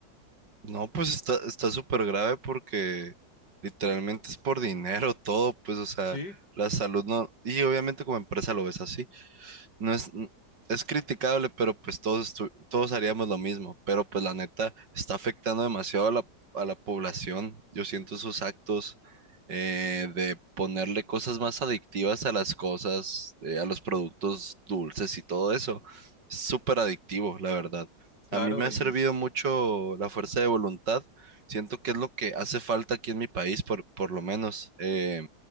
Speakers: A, on the right; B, on the left.
A: No, pues está, está súper grave porque literalmente es por dinero todo, pues, o sea,
B: Sí,
A: la salud no, y obviamente como empresa lo ves así no es, es criticable, pero pues todos, estu- todos haríamos lo mismo. Pero pues la neta está afectando demasiado a la, a la población. Yo siento sus actos eh, de ponerle cosas más adictivas a las cosas, eh, a los productos dulces y todo eso. Es súper adictivo, la verdad.
B: claro,
A: A mí me ha servido
B: y es,
A: mucho la fuerza de voluntad. Siento que es lo que hace falta aquí en mi país, por, por lo menos. eh,